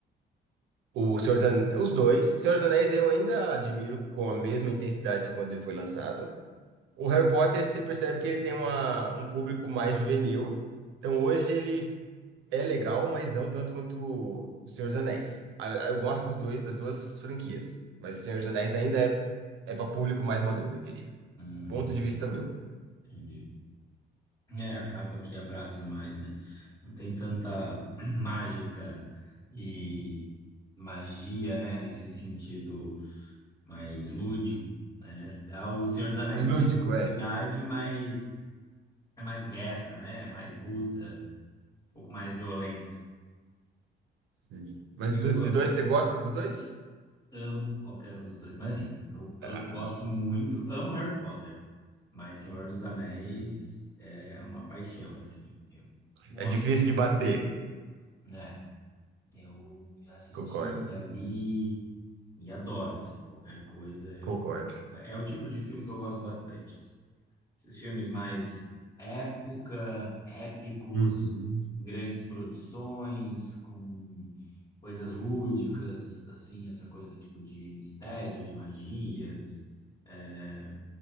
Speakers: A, on the right (about 75°); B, on the left (about 25°).
A: O Senhor dos Ane- os dois. Senhor dos Anéis eu ainda admiro com a mesma intensidade de quando ele foi lançado. O Harry Potter, você percebe que ele tem uma, um público mais juvenil. Então hoje ele é legal, mas não tanto quanto o Senhor dos Anéis. Ah, Eu gosto dos dois, das duas franquias, mas o Senhor dos Anéis ainda é, é para público mais maduro, eu diria.
B: hum,
A: Ponto de vista meu.
B: entendi. É, acaba que abraça mais, né? Não tem tanta <clears throat> mágica e magia, né? Nesse sentido mais lúdico, né? Ah, O Senhor dos Anéis
A: Mas lúdico,
B: tem a ludicidade,
A: é.
B: mas é mais guerra, né? Mais luta, um pouco mais violento.
A: Sim. Mas
B: Eu
A: desses
B: amo,
A: dois, você gosta dos dois?
B: amo qualquer um dos dois. Mas assim, eu,
A: Ah,
B: eu gosto muito, amo Harry Potter. Mas Senhor dos Anéis é uma paixão, assim. Eu, nossa,
A: é difícil de bater.
B: é, eu já assisti,
A: Concordo,
B: já li e adoro, assim, qualquer coisa. Eu,
A: concordo.
B: é o tipo de filme que eu gosto bastante, assim. Esses filmes mais época, épicos,
A: Uhum.
B: grandes produções, com coisas lúdicas, assim, essa coisa tipo de mistérios, magias, eh,